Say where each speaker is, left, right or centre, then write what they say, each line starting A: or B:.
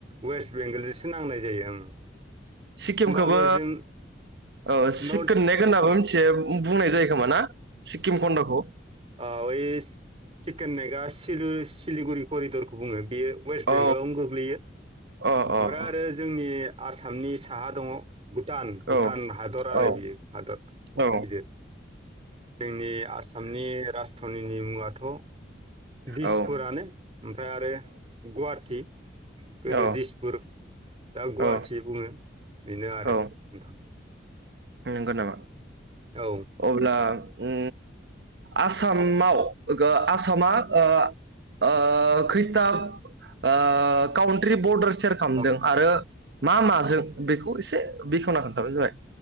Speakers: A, on the right; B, on the right.
A: वेस्ट बेंगलजोंसो नांनाय जायो ओं
B: सिक्किमखोबो
A: होमबाबो जों
B: औ सिक्किम
A: नर्थ
B: नेगोनाबो मिथियो बुंनाय जायो खोमा ना सिक्किम खन्दखौ
A: ओव ओइस चिकेन मेगआ सिलिगुरि करिदरखौ बुङो बेयो वेस्ट
B: औ
A: बेंगलावनो गोग्लैयो
B: अ
A: ओमफ्राय
B: अ
A: आरो जोंनि आसामनि साहा दङ भुटान भुटान
B: औ
A: हादर आरो
B: औ
A: बियो हादर
B: औ
A: गिदिर जोंनि आसामनि राज राजथाननिनि मुङाथ दिसफोरानो
B: औ
A: ओमफ्राय आरो गुवाहाटि गोदो
B: औ
A: दिसपुर दा गुवाहाटि
B: औ
A: बुङो बेनो आरो
B: औ
A: नोंथां
B: नंगौ नामा
A: औ
B: अब्ला उ आसामाव आसामा ओ ओ खैथाब ओ कउन्ट्रि बर्डा सेर खालामदों
A: अ
B: आरो मा माजों बेखौ एसे बेखेवना खोन्थाबानो जाबाय।